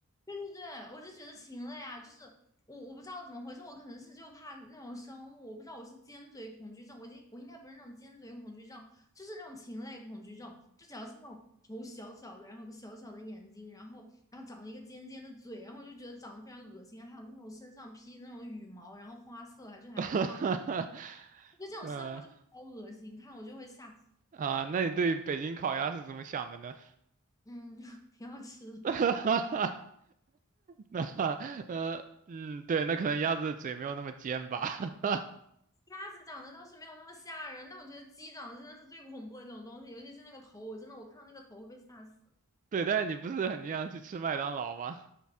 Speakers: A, on the left; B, on the right.
A: 对对对，我就觉得禽类啊，就是我我不知道怎么回事，我可能是就怕那种生物，我不知道我是尖嘴恐惧症，我已经我应该不是那种尖嘴恐惧症，就是那种禽类恐惧症，就只要是那种头小小的，然后有个小小的眼睛，然后然后长了一个尖尖的嘴，然后我就觉得长得非常恶心，还有那种身上披那种羽毛，然后花色还就还蛮花的，
B: <laughs>
A: 得这种生物就好恶心，
B: 呃
A: 看我就会吓死
B: 啊，那你对北京烤鸭是怎么想的呢？
A: 嗯，<laughs> 挺好吃的。
B: <laughs> 那呃嗯，对，那可能鸭子的嘴没有那么尖吧。<laughs>
A: 鸭子长得倒是没有那么吓人，但我觉得鸡长得真的是最恐怖的一种东西，尤其是那个头，我真的我看到那个头会被吓死。
B: 对，但是你不是很经常去吃麦当劳吗？